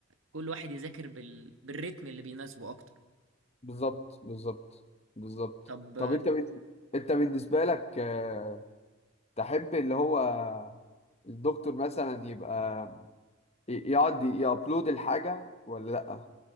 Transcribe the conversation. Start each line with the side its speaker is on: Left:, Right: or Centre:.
Right: كل واحد يذاكر بال... بالريتم اللي بيناسبه اكتر
Left: بالظبط بالظبط بالظبط
Right: طب
Left: طب انت بن- انت بالنسبه لك آه، تحب اللي هو الدكتور مثلا يبقى ي- يقعد ي- يابلود الحاجه ولا لا